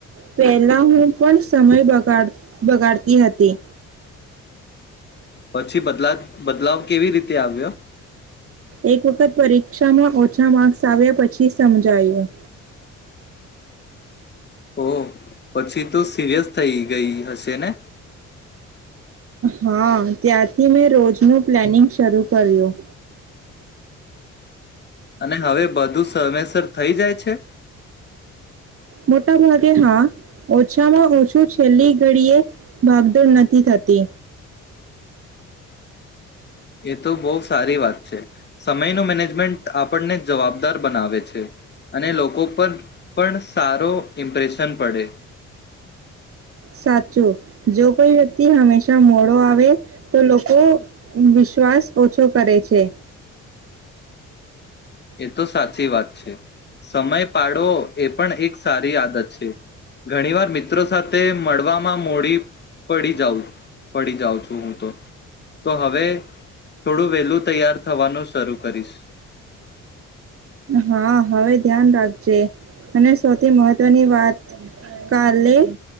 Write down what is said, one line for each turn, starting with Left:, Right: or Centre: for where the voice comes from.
Right: પેહલા હું પણ સમય બગાડ બગાડતી હતી.
Left: પછી, બદલા બદલાવ કેવી રીતે આવ્યો?
Right: એક વખત પરીક્ષામાં ઓછા માક્સ આવ્યા પછી સમજાયું.
Left: ઓહ! પછી તો સિરિયસ થઈ ગઈ હશે ને?
Right: હા, ત્યારથી મેં રોજનું પ્લાનિંગ શરૂ કર્યું.
Left: અને હવે બધું સમયસર થઈ જાય છે?
Right: મોટા ભાગે હા. ઓછામાં ઓછું છેલ્લી ઘડીએ ભાગદોડ નથી થતી.
Left: એ તો બહુ સારી વાત છે. સમયનું મેનેજમેન્ટ આપણને જવાબદાર બનાવે છે. અને લોકો પર પણ સારો ઇમ્પ્રેશન પડે
Right: સાચું! જો કોઈ વ્યક્તિ હંમેશા મોડો આવે તો લોકો વિશ્વાસ ઓછો કરે છે.
Left: એ તો સાચી વાત છે. સમય પાડો એ પણ એક સારી આદત છે. ઘણી વાર મિત્રો સા સાથે મળવામાં મોડી પડી જાઉં પડી જાઉં છું હું તો તો હવે થોડું વેલું તૈયાર થવાનું શરૂ કરીશ.
Right: હા હવે ધ્યાન રાખજે અને સૌથી મહત્વની વાત કાલે